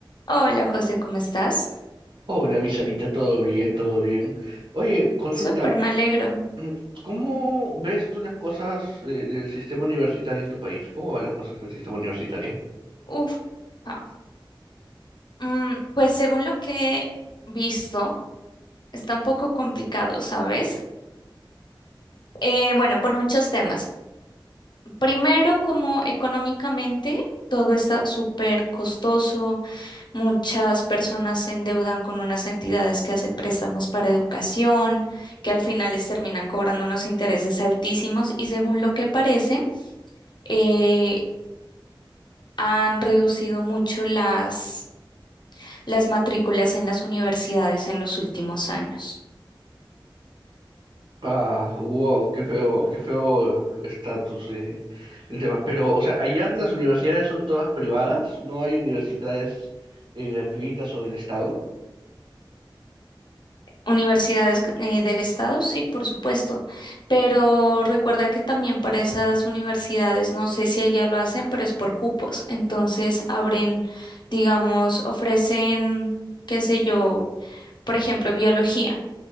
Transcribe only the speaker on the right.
Hola, mi Sarita, todo bien, todo bien. Oye, consulta,
mm, ¿cómo ves tú las cosas eh, del sistema universitario en tu país? ¿Cómo van las cosas del sistema universitario?
Ah, wow, qué feo, qué feo estatus de, del tema. Pero, o sea, allá las universidades son todas privadas, no hay universidades eh, gratuitas o del Estado.